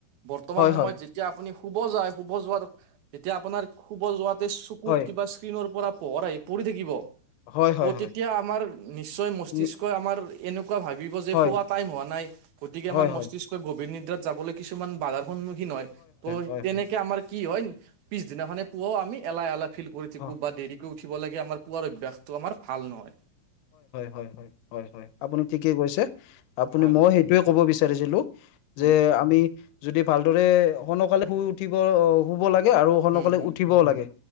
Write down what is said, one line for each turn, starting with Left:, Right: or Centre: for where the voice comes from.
Right: বৰ্তমান সময়ত
Left: হয়
Right: যেতিয়া আপুনি শুব যায় শুব যোৱাত যেতিয়া আপোনাৰ শুব যোৱাতে চকুত
Left: হয়
Right: কিবা স্কিনৰ পৰা পোহৰ আহি পৰি থাকিব,
Left: হয় হয়
Right: ত'
Left: হয় হয়
Right: তেতিয়া আমাৰ নিশ্চয় মসিষ্ক
Left: নি-
Right: আমাৰ এনেকুৱা ভাবিব যে
Left: হয়
Right: শুৱা টাইম হোৱা নাই গতিকে
Left: হয়
Right: আমাৰ মস্তিষ্কই
Left: হয়
Right: গভীৰ নিদ্ৰাত যাবলৈ কিছুমান বাধা সন্মুখীন হয় ত'
Left: হয়
Right: তেনেকে
Left: হয় হয়
Right: আমাৰ কি হয় পিছদিনাখনে পুৱা আমি এলাহ এলাহ ফিল কৰি থাকো
Left: হয়
Right: বা দেৰিকৈ উঠ ক <unintelligible> লে আমাৰ পুৱাৰ অভ্যাসটো আমাৰ ভাল নহয়।
Left: হয় হয় হয় হয় আপুনি ঠিকেই কৈছে আপুনি
Right: হয়,
Left: মই সেইটোয়ে কব বিচাৰিছিলো
Right: উম,
Left: যে, আমি যদি ভালদৰে সো-নকালে শুই উঠিব আহ শুব লাগে আৰু সো-নকালে
Right: উম, উম।
Left: উঠিবও লাগে